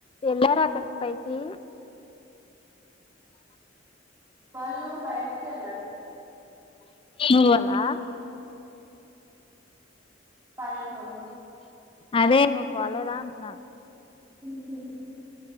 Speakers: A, on the left; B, on the right.
A: వెళ్లారా అక్కడికి పైకి
B: వాళ్ళు బయటికి వెళ్ళారు
A: నువ్వు అలా
B: పైనొల్లు
A: అదే నువ్వు పోలేదా అంటున్నా
B: హు హుమ్మ్